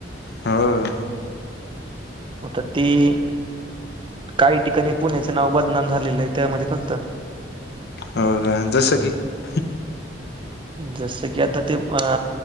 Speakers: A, on the left; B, on the right.
A: होय...
B: आता ती- काही ठिकाणी पुण्याचं नाव बदनाम झालेलं आहे त्यामध्ये फक्त
A: हो का जसं की, <inaudible>
B: जस की, आता ते अ